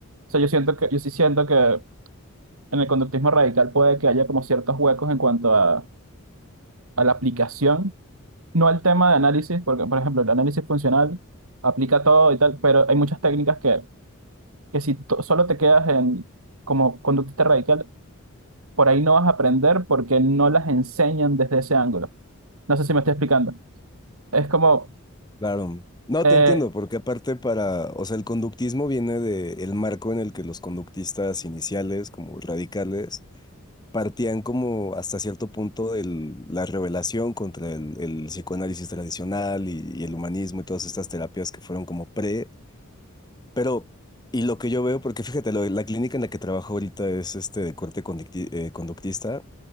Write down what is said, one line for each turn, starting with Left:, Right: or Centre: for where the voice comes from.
Right: sea, yo siento que, yo sí siento que en el conductismo radical puede que haya como ciertos huecos en cuanto a, a la aplicación, no al tema de análisis, porque por ejemplo el análisis funcional aplica todo y tal, pero hay muchas técnicas que, que si to- solo te quedas en como conductista radical, por ahí no vas a aprender porque no las enseñan desde ese ángulo. No sé si me estoy explicando. Es como
Left: claro. No,
Right: Eh,
Left: te entiendo, porque aparte para, o sea, el conductismo viene del marco en el que los conductistas iniciales, como radicales, partían como hasta cierto punto de la revelación contra el, el psicoanálisis tradicional y, y el humanismo y todas estas terapias que fueron como pre, pero... Y lo que yo veo, porque fíjate, lo- la clínica en la que trabajo ahorita es este de corte conducti- eh, conductista